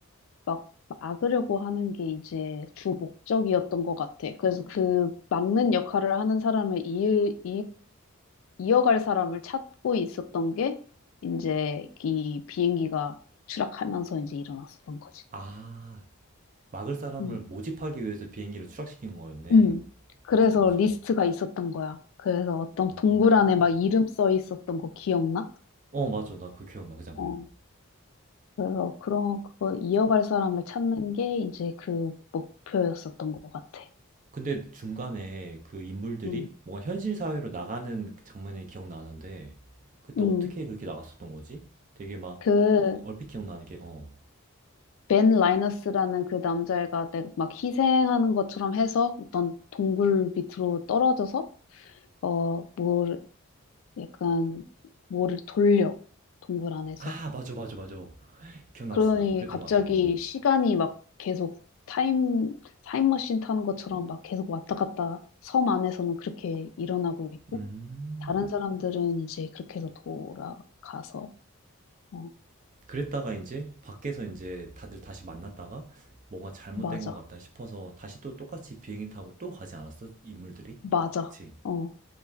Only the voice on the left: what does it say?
막 막으려고 하는 게 이제 주 목적이었던 것 같아. 그래서 그 막는 역할을 하는 사람을 이을 이어갈 사람을 찾고 있었던 게 이제 이 비행기가 추락하면서 이제 일어났었던 거지.
음.
음. 그래서
리스트가 있었던 거야. 그래서 어떤
동굴 안에 막 이름 써 있었던 거 기억나?
어. 그래서 그런 그거 이어갈 사람을 찾는 게 이제 그 목표였었던 것 같아.
음.
음.
그
벤 라이너스라는 그 남자애가 내가 막 희생하는 것처럼 해서 어떤 동굴 밑으로 떨어져서 어, 뭘 약간 뭐를 돌려 동굴 안에서
그러니
갑자기
시간이 막 계속 타임 타임머신 타는 것처럼 막 계속 왔다 갔다 섬 안에서는 그렇게 일어나고 있고
다른 사람들은 이제 그렇게 해서 돌아가서 어
맞아
맞아
어